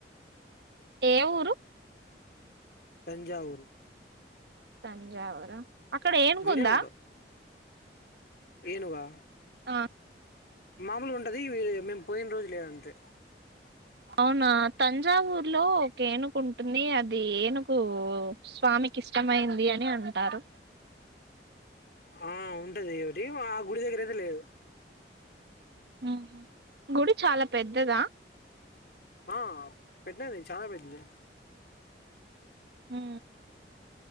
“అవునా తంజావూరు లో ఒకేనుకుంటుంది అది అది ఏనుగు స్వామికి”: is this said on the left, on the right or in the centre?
Right